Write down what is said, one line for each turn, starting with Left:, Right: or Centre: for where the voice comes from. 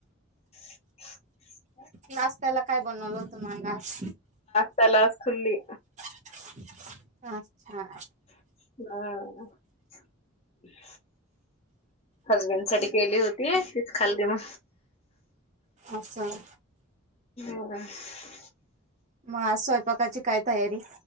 Left: <inaudible>
Right: नाश्त्याला, काय बनवलं होत मग आज?
Left: तलास खील्ली
Right: <inaudible> हा, हा
Left: <inaudible> हजबंड साठी केली होती, तीच खाल्ली म
Right: असं
Left: <unintelligible>
Right: म आज स्वयंपाकाची काय तयारी?